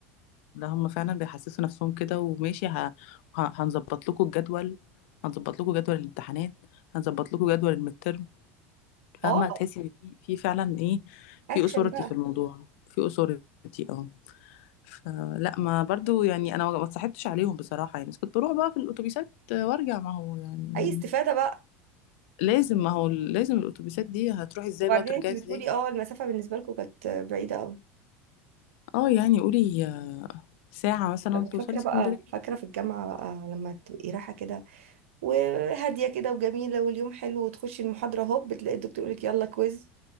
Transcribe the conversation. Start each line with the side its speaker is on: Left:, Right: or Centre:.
Left: لا هم فعلا بيحسسوا نفسهم كده وماشي ه... ه... هنظبط لكم الجدول هنظبط لكم جدول الامتحانات هنظبط لكم جدول الميد ترم فاهمة
Right: اه
Left: تحسي ان في في فعلا ايه
Right: اكشن
Left: في اثورتي
Right: بقى
Left: في الموضوع في اثورتي اه فلا ما برضو يعني انا ما اتصاحبتش عليهم بصراحة يعني بس كنت بروح بقى في الاتوبيسات آه، وارجع ما هو يعني
Right: اي استفاده بقى
Left: لازم ما هو لازم الاتوبيسات دي هتروحي ازاي
Right: وبعدين
Left: بقى وترجعي
Right: انت بتقولي
Left: ازاي
Right: اه المسافه بالنسبه لكم كانت بعيده قوي
Left: اه يعني قولي ساعة مثلا
Right: طب
Left: توصلي
Right: فاكره
Left: اسكندرية
Right: بقى فاكره في الجامعه بقى لما تبقي رايحه كده وهاديه كده وجميله واليوم حلو وتخشي المحاضره هوب بتلاقي الدكتور يقول لك يلا كويز